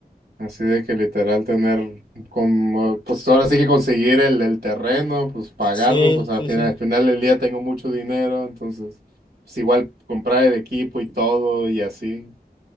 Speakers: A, on the right; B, on the left.
A: Así de que literal tener como, pues ahora sí que conseguir el, el terreno, pues pagarlo,
B: Sí,
A: pues al
B: sí,
A: final,
B: sí.
A: al final del día tengo mucho dinero, entonces, pues igual comprar el equipo y todo y así,